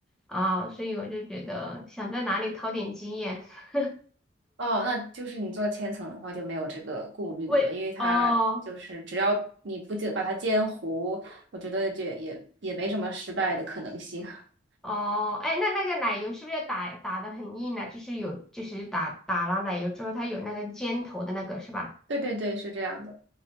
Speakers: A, in the centre; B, on the right.
A: 啊，所以我就觉得想在哪里淘点经验。<laughs>
B: 哦，那就是你做千层的话就没有这个顾虑了，
A: 喂，
B: 因为它就是只要你不煎把它煎糊，
A: 哦
B: 我觉得这也也没什么失败的可能性。<laughs>
A: 哦，哎，那那个奶油是不是打打的很硬呢？就是有就是打打了奶油之后，它有那个尖头的那个是吧？
B: 对对对，是这样的。